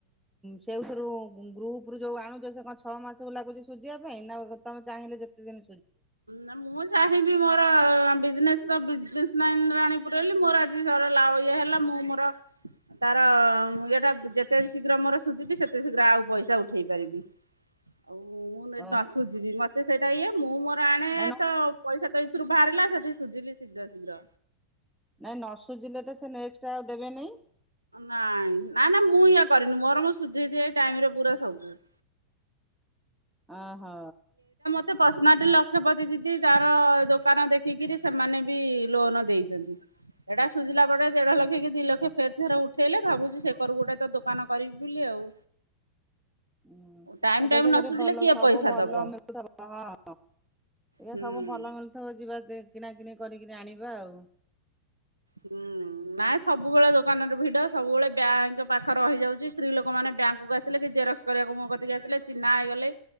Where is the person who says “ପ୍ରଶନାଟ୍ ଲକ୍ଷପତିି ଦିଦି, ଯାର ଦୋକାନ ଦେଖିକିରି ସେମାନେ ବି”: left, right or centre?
Right